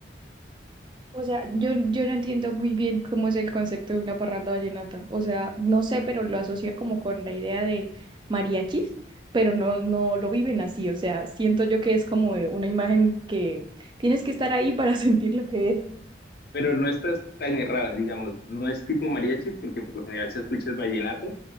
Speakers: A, on the right; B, on the left.
A: o sea, yo, yo no entiendo muy bien cómo es el concepto de una parranda vallenata. O sea, no sé, pero lo asocio como con la idea de mariachis, pero no, no lo viven así. O sea, siento yo que es como de una imagen que tienes que estar ahí para <laughs> sentir lo que es.
B: pero no estás tan errada, digamos, no es tipo mariachis, porque por lo general se escucha es vallenato,